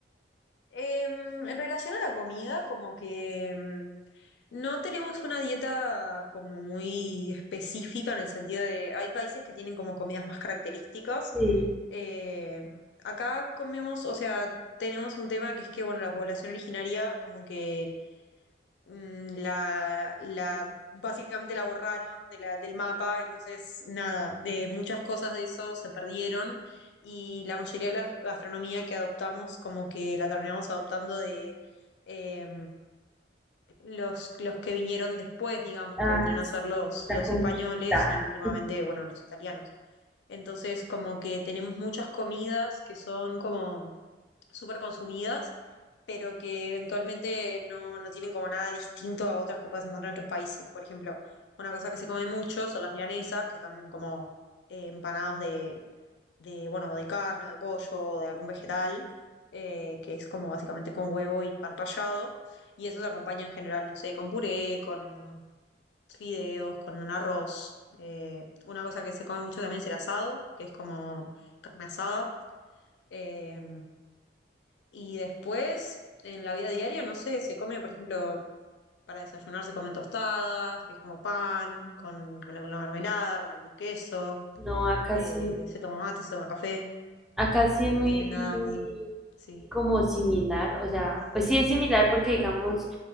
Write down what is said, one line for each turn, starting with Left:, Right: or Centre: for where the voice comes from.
Left: Em, en relación a la comida, como que em, no tenemos una dieta como muy específica en el sentido de, hay países que tienen como comidas más características.
Centre: Sí,
Left: Eh, acá comemos, o sea, tenemos un tema que es que, bueno, la población originaria como que mm, la, la, básicamente la borraron de la, del mapa, entonces nada, de muchas cosas de eso se perdieron y la mayoría de la gastronomía que adoptamos como que la terminamos adoptando de eh, los, los que vinieron después, digamos,
Centre: ah,
Left: que vendrían a
Centre: sí,
Left: ser los,
Centre: la
Left: los
Centre: conquista.
Left: españoles y últimamente, bueno, los italianos. Entonces como que tenemos muchas comidas que son como súper consumidas, pero que eventualmente no, no tienen como nada distinto a otras que puedas encontrar en otros países. Por ejemplo, una cosa que se come mucho son las milanesas, que son como eh, empanados de, de, bueno, de carne, o de pollo, o de algún vegetal, eh, que es como básicamente con huevo y pan rallado, y eso se acompaña en general, no sé, con puré, con fideos, con un arroz. Eh, una cosa que se come mucho también es el asado, que es como carne asada. Eh, y después, en la vida diaria, no sé, se come, por ejemplo, para desayunar se comen tostadas, que es como pan, con, con alguna mermelada, con algún queso,
Centre: No, acá
Left: eh,
Centre: sí.
Left: se toma mate, se toma café,
Centre: Acá sí es muy,
Left: no tiene nada
Centre: muy
Left: muy... Sí.
Centre: como similar, o sea, pues sí es similar porque digamos,